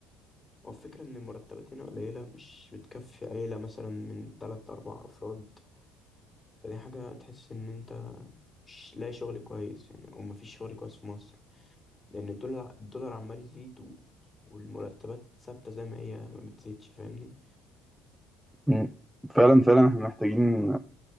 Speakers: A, on the left; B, in the centre.
A: هو الفكرة إن المرتبات هنا قليلة مش بتكفي عيلة مثلا من تلات أربع أفراد فدي حاجة تحس إن أنت مش لاقي شغل كويس يعني أو مفيش شغل كويس في مصر لأن الدولار الدولار عمال يزيد و... والمرتبات ثابتة زي ما هي ما بتزيدش فاهمني
B: مم. فعلا فعلا احنا محتاجين